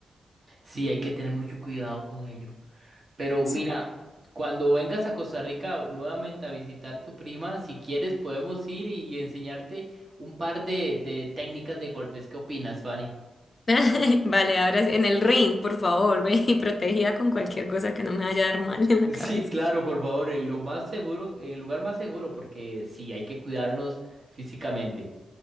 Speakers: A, on the right; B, on the left.
A: Sí, hay que tener mucho cuidado con ello. Pero
B: Sí.
A: mira, cuando vengas a Costa Rica nuevamente a visitar tu prima, si quieres podemos ir y, y enseñarte un par de, de técnicas de golpes. ¿Qué opinas, Fanny? <laughs>
B: <laughs> Vale, ahora sí, en el ring, por favor, ven y protegida con cualquier cosa que no me vaya a dar mal en la cabeza.
A: Sí, claro, por favor, en lo más seguro, en el lugar más seguro, porque sí, hay que cuidarnos físicamente.